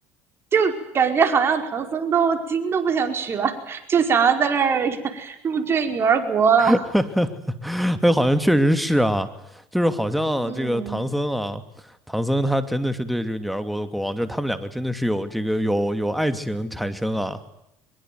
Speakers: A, on the right; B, in the centre.
A: 就感觉好像唐僧都经都不想取了，就想要在那儿 <laughs> 入赘女儿国了。
B: <laughs> 哎，好像确实是啊，就是好像这个唐僧啊，
A: 嗯，
B: 唐僧他真的是对这个女儿国的国王，就是他们两个真的是有这个有有爱情产生啊，